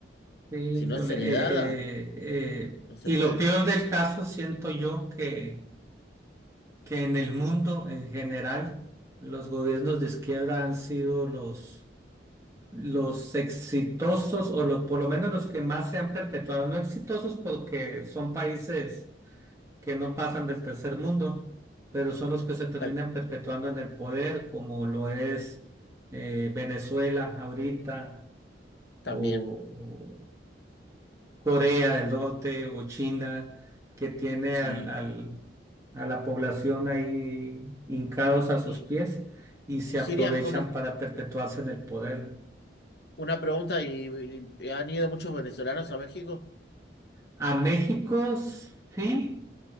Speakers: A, on the right; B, on the left.
A: Sí, Híjole,
B: Si no es heredada,
A: eh, eh, eh,
B: no se
A: y
B: puede.
A: lo peor del caso siento yo que que en el mundo en general los gobiernos de izquierda han sido los, los exitosos o los, por lo menos los que más se han perpetuado, no exitosos porque son países que no pasan del tercer mundo, pero son los que se terminan
B: Tal
A: perpetuando en el poder, como lo es eh, Venezuela ahorita
B: También,
A: o, Corea del Norte o China, que tiene
B: sí.
A: al, al- a la población ahí hincados a sus
B: Y,
A: pies
B: y,
A: y se
B: y Giria,
A: aprovechan
B: una,
A: para perpetuarse en el poder.
B: una pregunta, y, y- ¿han ido muchos venezolanos a México?
A: A México sí,